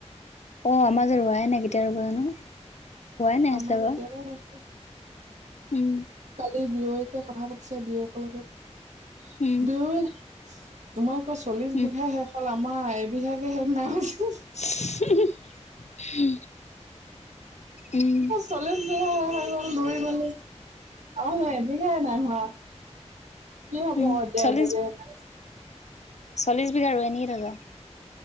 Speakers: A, on the left; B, on the right.
A: অ আমাৰ য়ে ৰুৱাই নাই কেতিয়া ৰ'ব জানো হোৱাই নাই আছিলে
B: আমাৰ
A: বাৰু
B: কেতিয়াবাই শেষ।
A: উম
B: কালি বিয়য়েকে কথা পাতিছে বিয়েকৰ লগত
A: উম
B: দুয়ো, তোমালোক চল্লিশ
A: উম
B: বিঘা শেষ হল, আমাৰ এবিঘাকে শেষ নাই হোৱা চুন।
A: <unintelligible> উম
B: চল্লিছ বিঘা শেষ হৈ গল, আমাৰ এবিঘা নাই হোৱা। কি হ'ব
A: উম
B: ক এতিয়া
A: চল্লিছ
B: হে ভাগে।
A: চল্লিছ বিঘা ৰুৱে নেকি তহঁতৰ।